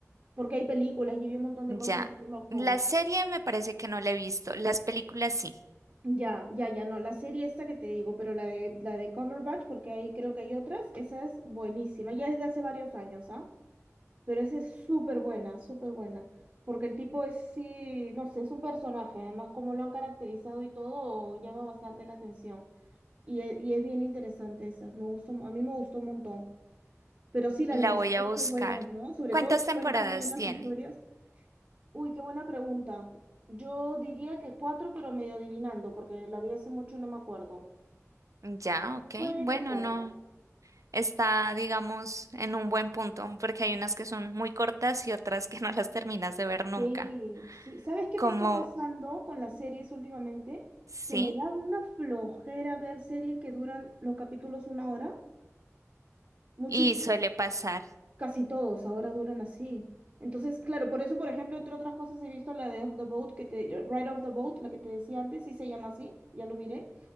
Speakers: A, on the right; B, on the right.
A: porque hay películas y hay un montón
B: Ya.
A: de cosas de Sherlock
B: La
A: Holmes.
B: serie me parece que no la he visto. Las películas sí.
A: Ya, ya, ya, no, la serie esta que te digo, pero la de, la de Cumberbatch, porque ahí creo que hay otras, esa es buenísima, ya es de hace varios años, ¿ah? Pero esa es súper buena, súper buena. Porque el tipo es, sí, no sé, es un personaje. Además, como lo han caracterizado y todo, llama bastante la atención. Y es, y es bien interesante esas. Me gustó, a mí me gustó un montón. Pero sí, las
B: La
A: de mis
B: voy
A: hijos
B: a buscar.
A: son buenas, ¿no? Sobre
B: ¿Cuántas
A: todo si
B: temporadas
A: cuentan bien las
B: tiene?
A: historias. Uy, qué buena pregunta. Yo diría que cuatro, pero medio adivinando, porque la vi hace mucho y no me acuerdo.
B: Ya, ok.
A: Puede
B: Bueno,
A: que cuatro.
B: no. Está, digamos, en un buen punto, porque hay unas que son muy cortas y otras que no las terminas de ver nunca.
A: Sí, sí. ¿Sabes qué me
B: Como,
A: está pasando con las series últimamente?
B: sí,
A: Que me da una flojera ver series que duran los capítulos una hora. Muchis,
B: y suele pasar.
A: casi todos ahora duran así. Entonces, claro, por eso, por ejemplo, entre otras cosas he visto la de Off the Boat, que te, Ride of the Boat, la que te decía antes, sí se llama así, ya lo miré.